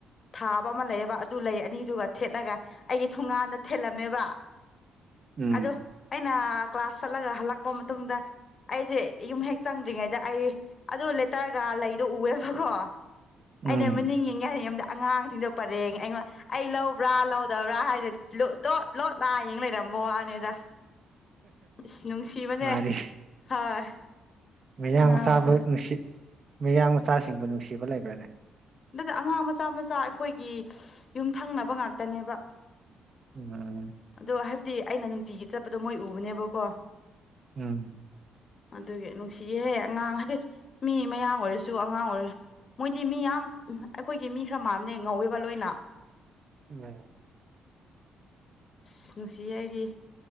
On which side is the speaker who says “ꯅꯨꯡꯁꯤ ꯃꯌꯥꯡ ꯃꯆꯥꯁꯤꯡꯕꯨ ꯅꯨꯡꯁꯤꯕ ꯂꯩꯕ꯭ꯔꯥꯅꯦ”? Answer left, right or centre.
Right